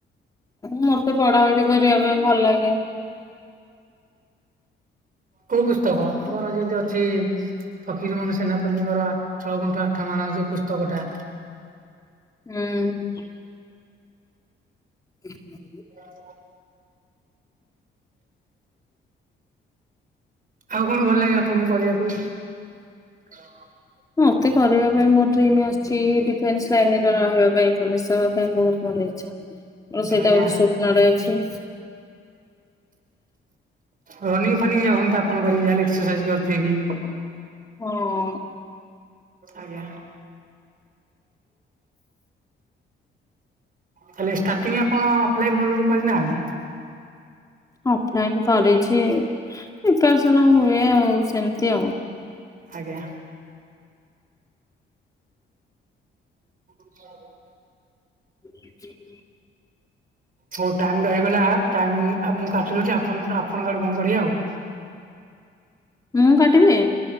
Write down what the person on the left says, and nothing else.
ମୋତେ ପଢାପଢି କରିବା ପାଇଁ ଭଲ ଲାଗେନି।
ହୁଁ।
ହୁଁ। <inaudible>
ମତେ କରିବା ପାଇଁ ମୋର ଡ୍ରିମ ଅଛି ଡିଫେନ୍ସ ଲାଇନରେ ରହିବା ପାଇଁ ପୋଲିସ ହେବା ପାଇଁ ବହୁତ ମୋର ଇଚ୍ଛା। ମୋର ସେଇଟା
ଗୋଟେ ସ୍ୱପ୍ନଟେ ଅଛି।
ହଁ।
ଅଫଲାଇନ୍ କରିଛି ପ୍ରେପରେସନ ହୁଏ ଆଉ ସେମିତି ଆଉ।
<inaudible>
ମୁଁ କାଟିବି?